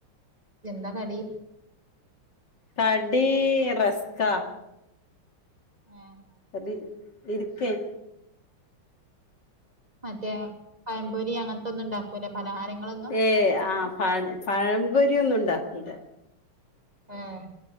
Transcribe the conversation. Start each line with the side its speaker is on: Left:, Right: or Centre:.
Right: എന്താ കടി?
Left: കടീ റസ്കാ.
Right: ഏഹ്
Left: അത് ഇരിക്കേ
Right: മറ്റേ പഴംപൊരി അങ്ങനത്തെന്നും ഇണ്ടാക്കൂലേ? പലഹാരങ്ങളൊ
Left: ഏഹ് ആഹ് പഴ പഴമ്പൊരിയെന്നും ഇണ്ടാക്കൂലാ.
Right: ഏഹ്